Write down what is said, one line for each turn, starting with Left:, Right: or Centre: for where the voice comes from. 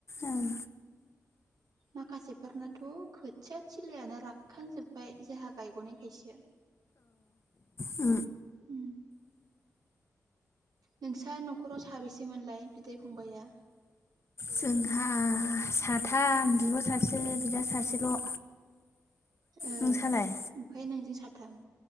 Left: ओं
Right: माखासेफोरनाथ खोथिया थलयानो राग। खांजोब्बाय जोंहा गायग नायखायसो।
Left: उ।
Right: उ। नोंस्रा न'खराव साबेसेमोनलाय बिदा फंबाइआ?
Left: जोंहा साथाम बिब' सासे बिदा सासेल'।
Right: ओ ओमफफ्राय
Left: नोंसालाय
Right: नोंजों साथाम